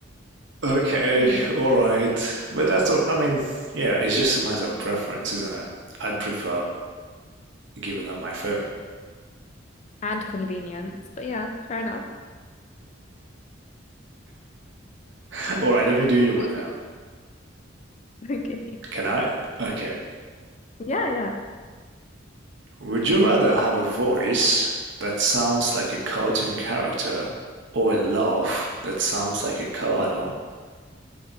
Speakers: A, on the right; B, on the left.
A: Okay,
B: <laughs> you know,
A: all right. But that's all. I mean, yeah, it's just a matter of preference, isn't it? I'd prefer giving up my phone.
B: and convenience. But yeah, fair enough.
A: <laughs> All right, let me do you one
B: <laughs>
A: now.
B: <laughs> Okay.
A: Can I? Okay.
B: Yeah, yeah.
A: Would you rather have a voice that sounds like a cartoon character or a laugh that sounds like a car alarm?